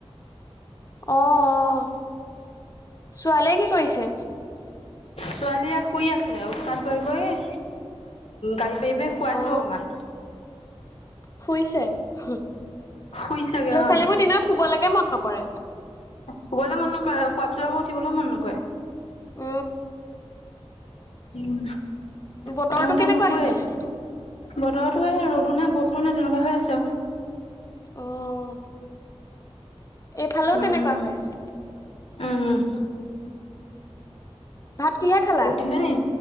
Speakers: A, on the left; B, on the left.
A: অ অ ছোৱালীয়ে কি কৰিছে।
B: ছোৱালীয়ে শুই আছে উতপাত কৰি কৰি এ গালি পাৰি পাৰি শুৱাইছো
A: অ
B: অকমান।
A: শুইছে হু।
B: শুইছেগে
A: ল
B: অ',
A: ছালীবো দিনত শুব লেক কে মন নকৰে।
B: শুবলৈ মন নকৰে খোৱা পিছত আকৌ উঠিবলৈও মন নকএ।
A: উ
B: উ
A: বতৰটো
B: কথামতে
A: কেনেকুৱা
B: নুশুৱে
A: সেইফালে
B: বতৰতো এই ৰ'দো নাই বৰষো নাই তেনেকুৱা হৈ আছে আও।
A: অ', এইফালেও
B: উম,
A: তেনেকুৱা হৈ আছে।
B: উম।
A: ভাত কিহে খালা
B: উঠেলি নি?